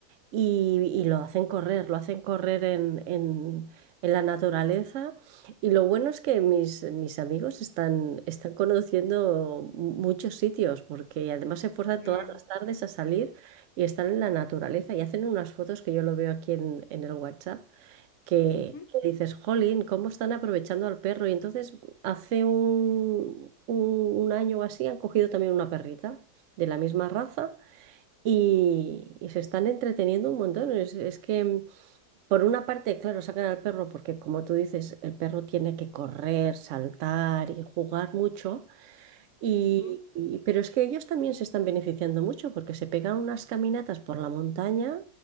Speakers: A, on the right; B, on the left.
A: y, y lo hacen correr, lo hacen correr en, en- en la naturaleza. Y lo bueno es que mis, mis amigos están, están conociendo muchos sitios porque además se esfuerzan
B: Claro.
A: todas las tardes a salir y están en la naturaleza y hacen unas fotos que yo lo veo aquí en en el WhatsApp que,
B: Ujú,
A: que dices, jolín, ¿cómo están aprovechando al perro? Y entonces hace un, un- un año o así han cogido también una perrita de la misma raza y, y se están entreteniendo un montón. Es, es que mm, por una parte, claro, sacan al perro porque como tú dices, el perro tiene que correr, saltar y jugar mucho. Y,
B: ujú.
A: y- pero es que ellos también se están beneficiando mucho porque se pegan unas caminatas por la montaña